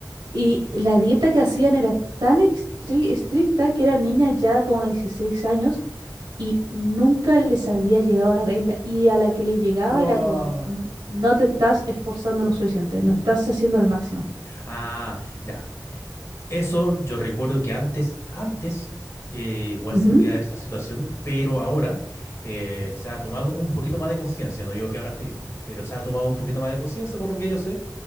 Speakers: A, on the right (about 85°); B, on the left (about 40°).
A: Y la dieta que hacían era tan estri- estricta que eran niñas ya como de 16 años y nunca les había llegado la regla. Y a la que le llegaba
B: Wow.
A: era como, "N- no te estás esforzando lo suficiente, no estás haciendo el máximo.
B: Ah, ya. Eso yo recuerdo que antes, antes, eh, igual
A: Ujú.
B: se podía dar esa situación, pero ahora eh, se ha tomado un poquito más de conciencia. No digo que ahora esté bien, pero se ha tomado un poquito más de conciencia por lo que yo sé.